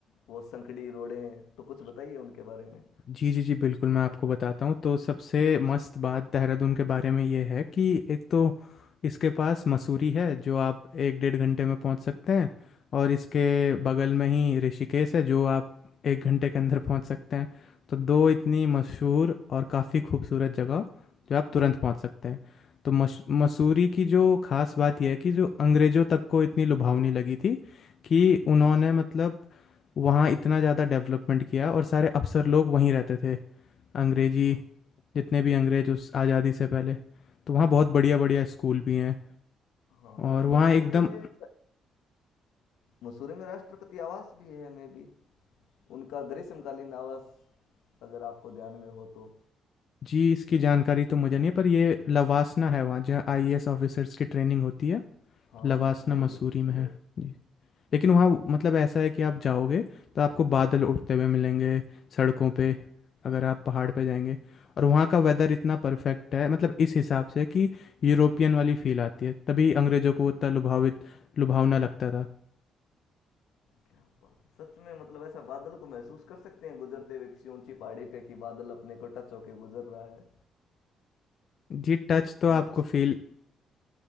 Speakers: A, on the left; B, on the left.
A: वो संकड़ी रोडें तो कुछ बताइए उनके बारे में
B: जी जी जी बिल्कुल मैं आपको बताता हूँ तो सबसे मस्त बात देहरादून के बारे में ये है कि एक तो इसके पास मसूरी है जो आप एक डेढ़ घंटे में पहुँच सकते हैं और इसके बगल में ही ऋषिकेश है जो आप एक घंटे के अंदर पहुँच सकते हैं तो दो इतनी मशहूर और काफ़ी खूबसूरत जगह जो आप तुरंत पहुँच सकते हैं तो मश मसूरी की जो खास बात यह है कि जो अंग्रेज़ों तक को इतनी लुभावनी लगी थी कि उन्होंने
A: हम्म
B: मतलब वहाँ इतना ज़्यादा डेवलपमेंट किया और सारे अफसर लोग वहीं रहते थे अंग्रेजी
A: हाँ
B: जितने भी अंग्रेज उस आज़ादी से पहले तो वहाँ बहुत बढ़िया बढ़िया स्कूल भी हैं
A: हाँ
B: और
A: और
B: वहाँ
A: मसूरी
B: एकदम
A: में मसूरी में राष्ट्रपति आवास भी है मे बी उनका ग्रीष्मकालीन आवास अगर आपको ध्यान में हो तो
B: जी इसकी जानकारी तो मुझे नहीं है, पर ये लवासना है वहाँ जहाँ आईएएस ऑफिसर्स की ट्रेनिंग होती है
A: हाँ
B: लवासना
A: वो
B: मसूरी
A: भी एक अच्छी
B: में
A: जगह
B: है
A: है
B: जी लेकिन वहाँ मतलब ऐसा है कि आप जाओगे तो आपको बादल उठते हुए मिलेंगे सड़कों पे अगर आप पहाड़ पे जाएंगे और वहाँ का वेदर इतना परफेक्ट है मतलब इस हिसाब से कि यूरोपियन वाली फील आती है तभी अंग्रेज़ों को वो इतना लुभावित लुभावना लगता था
A: क्या बात है सच में मतलब ऐसा बादल को महसूस कर सकते हैं गुजरते हुए किसी ऊंची पहाड़ी पे कि बादल अपने को टच होके गुजर रहा है
B: जी टच तो
A: महसूस
B: आपको फील